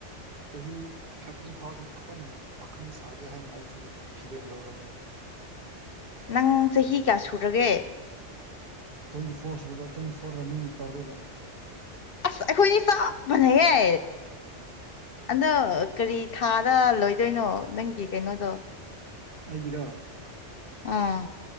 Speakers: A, on the right (about 50°); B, on the left (about 60°).
A: ꯆꯍꯤ ꯊꯥꯔꯇꯤ ꯐꯥꯎꯗꯤ ꯐꯖꯅ ꯄꯥꯈꯪ ꯁꯥꯒꯦ ꯍꯥꯏꯅ ꯑꯩꯁꯨ ꯐꯤꯔꯦꯞ ꯂꯧꯔꯕꯅꯤ
B: ꯅꯪ ꯆꯍꯤ ꯀꯌꯥ ꯁꯨꯔꯒꯦ
A: ꯇꯣꯏꯋꯦꯟꯇꯤ ꯐꯣꯔ ꯁꯨꯕꯗꯣ ꯇꯣꯏꯋꯦꯟꯇꯤ ꯐꯣꯔꯗ ꯅꯤꯡ ꯇꯧꯔꯦꯕ
B: ꯑꯩꯈꯣꯏꯅꯤ ꯆꯞ ꯃꯅꯩꯍꯦ ꯑꯗꯣ ꯀꯔꯤ ꯊꯥꯗ ꯂꯣꯏꯗꯣꯏꯅꯣ ꯅꯪꯒꯤ ꯀꯩꯅꯣꯗꯣ
A: ꯑꯩꯒꯤꯔꯣ
B: ꯎꯝ